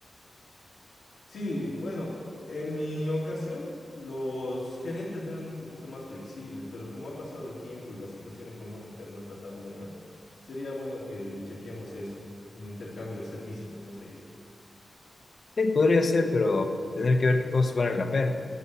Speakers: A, on the left; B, on the left.
A: Sí, bueno, en mi ocasión los gerentes eran un poquito más flexibles, pero como ha pasado el tiempo y la situación económica no está tan buena, sería bueno que chequemos eso, un intercambio de servicios, como se dice.
B: Sí, podría ser, pero tendría que ver qué cosas valen la pena.